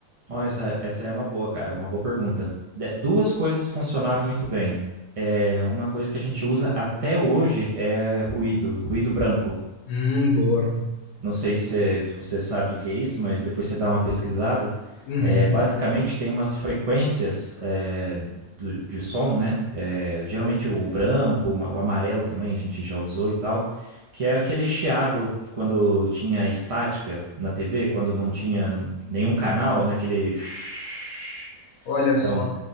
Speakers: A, on the right; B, on the left.
A: Ó, essa, essa é uma boa, cara, uma boa pergunta. De- duas coisas funcionaram muito bem. É, uma coisa que a gente usa até hoje é ruído, ruído branco.
B: Hum, boa.
A: Não sei se você sabe o que que é isso, mas depois você dá uma pesquisada.
B: Uhum.
A: É, basicamente tem umas frequências é, do- de som, né? É, geralmente o branco, o ma- o amarelo também a gente já usou e tal, que é aquele chiado quando tinha estática na TV, quando não tinha nenhum canal, né? Aquele <tsk>
B: Olha só.
A: Então,